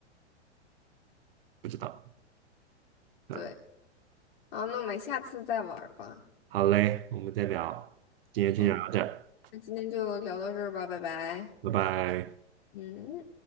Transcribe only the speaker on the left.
对。好，那我们下次再玩儿吧。
嗯，那今天就聊到这儿吧，拜拜。
嗯。